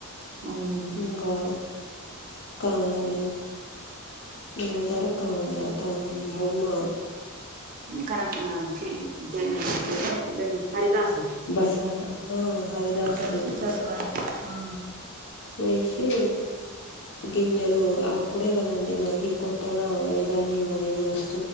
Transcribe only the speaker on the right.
అవునులేండి
కరక్ ఆ <unintelligible> హరిదాసు
హరిదాసు బసవా ఆ